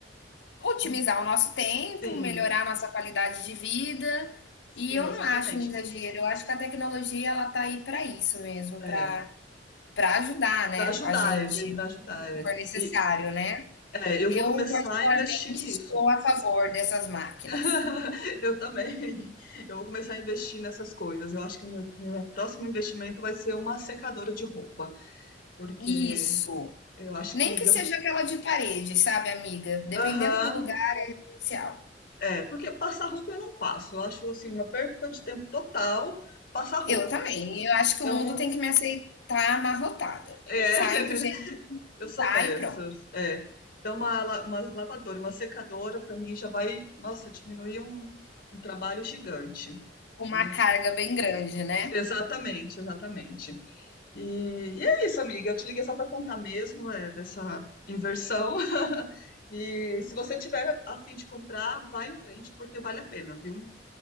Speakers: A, on the left; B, on the left.
A: otimizar
B: hum,
A: o nosso tempo,
B: sim,
A: melhorar a nossa qualidade de vida,
B: sim,
A: e eu
B: exatamente.
A: não acho um exagero, eu acho que a tecnologia ela tá aí para isso mesmo,
B: É,
A: para para ajudar, né,
B: para ajudar,
A: a gente,
B: é, veio
A: se
B: para ajudar, é.
A: for necessário,
B: E,
A: né.
B: É, eu
A: Eu
B: vou começar
A: particularmente
B: a investir nisso.
A: estou a favor dessas máquinas.
B: <laughs> Eu também. Eu vou começar a investir nessas coisas. Eu acho que o meu, meu próximo investimento vai ser uma secadora de roupa, porque
A: Isso.
B: eu acho
A: Nem
B: que
A: que
B: dem-
A: seja aquela de parede, sabe, amiga? Dependendo
B: Aham,
A: do lugar, é essencial.
B: é, porque passar roupa eu não passo. Eu acho assim uma perca de tempo total passar roupa.
A: Eu também. Eu acho que
B: Então,
A: o mundo tem que me aceitar amarrotada.
B: é,
A: Eu saio
B: <laughs>
A: do jeito
B: eu
A: que
B: sou
A: tá
B: dessas.
A: e pronto.
B: É. Então, uma, la- uma lavadora, e uma secadora, para mim já vai, nossa, diminuir um, um trabalho gigante.
A: Uma
B: né?
A: carga bem grande, né?
B: Exatamente, exatamente. E, e é isso, amiga. Eu te liguei só para contar mesmo é, dessa inversão. <laughs> E se você tiver a fim de comprar, vai em frente, porque vale a pena, viu?